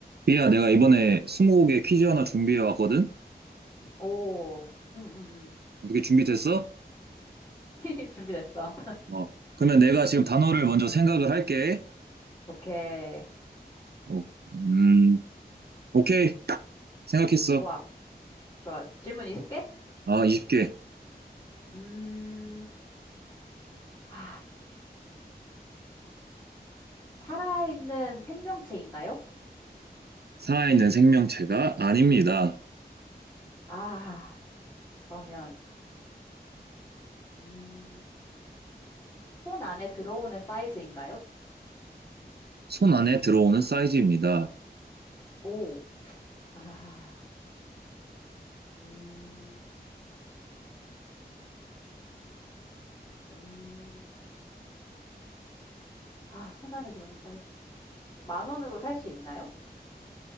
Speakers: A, on the right; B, on the left.
A: 비야, 내가 이번에 스무고개 퀴즈 하나 준비해 왔거든?
B: 오, 응, 응, 응.
A: 어떻게 준비됐어?
B: <laughs> 준비됐어.
A: 어, 그러면 내가 지금 단어를 먼저 생각을 할게.
B: 오케이.
A: 어, 음, 오케이. 생각했어.
B: 좋아, 좋아. 질문 20개?
A: 아, 20개.
B: 음, 아, 살아있는 생명체인가요?
A: 살아있는 생명체가 아닙니다.
B: 아, 그러면, 음, 손 안에 들어오는 사이즈인가요?
A: 손 안에 들어오는 사이즈입니다.
B: 오, 아, 음, 음, 아, 손 안에 들어오는 사이즈. 만 원으로 살 수 있나요?